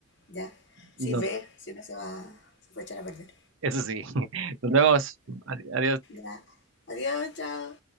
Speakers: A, on the left; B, on the right.
A: ya. Si
B: No,
A: ve, si no se va, se puede echar a perder.
B: eso sí. <laughs> Nos vemos. Adi- Adiós.
A: Ya. Adiós, chao.